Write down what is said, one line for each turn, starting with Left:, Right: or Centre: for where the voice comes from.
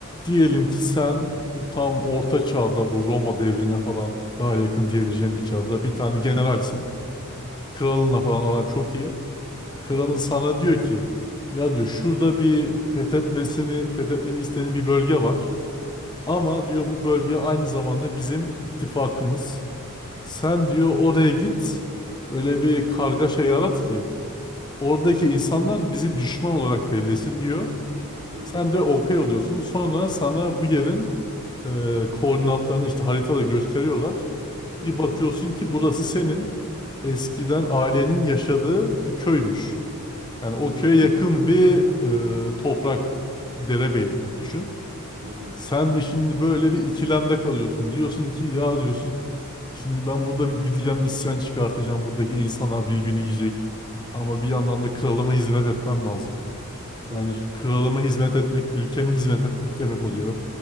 Left: Diyelim ki sen bu tam orta çağda bu Roma devrine falan daha yakın diyebileceğim bir çağda bir tane generalsin. Kralınla falan aran çok iyi. Kralın
Right: Tamam.
Left: sana diyor ki ya diyor şurada bir fethetmesini fethetmeni istediğin bir bölge var. Ama diyor bu bölge aynı zamanda bizim ittifakımız. Sen diyor oraya git böyle bir kargaşa yarat ki oradaki insanlar bizi düşman olarak bellesin diyor.
Right: Hmm.
Left: Sen de okey oluyorsun. Sonra sana bu yerin e, koordinatlarını işte haritada gösteriyorlar.
Right: Hı
Left: Bir
Right: hı.
Left: bakıyorsun ki burası senin eskiden ailenin yaşadığı bir köymüş. Yani o
Right: Hmm.
Left: köye yakın bir e, toprak, bir derebeylik gibi düşün.
Right: Hı hı.
Left: Sen de şimdi böyle bir ikilemde kalıyorsun. Diyorsun ki ya diyorsun şimdi ben burada bir gideceğim isyan çıkartacağım. Buradaki insanlar birbirini yiyecek. Ama bir yandan da kralıma hizmet etmem lazım. Yani
Right: Hı hı.
Left: kralıma hizmet etmek, ülkeme hizmet etmek demek oluyor.